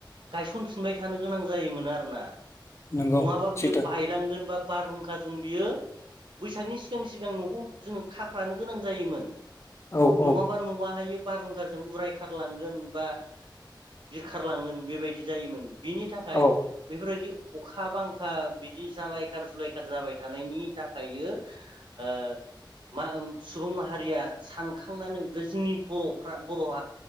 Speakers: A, on the right; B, on the left.
A: गायसनफिनबाय थानो गोनां जायोमोन आरो ना
B: नंगौ
A: नङाबा बियो
B: सैथो
A: बायलांगोन बा बारहुंखा जों बियो बैसागनि सिगां सिगां न'खौ जोङो खाफ्रानो गोनां जायोमोन ।
B: औ औ
A: नङाबा नवाहायो बारहुंखाजों उरायखारलांगोन बा बिरखारलांगोन बेबायदि बिदि जायोमोन बिनि थाखाय
B: औ
A: बेफोरबायदि अखा बांखा बिदि जालायखार जुलायखार जाबाय थानायनि थाखायो ओ मा सुबुं माहारिया सानखांनानै बे जोंनि बर'फ्रा बर'आ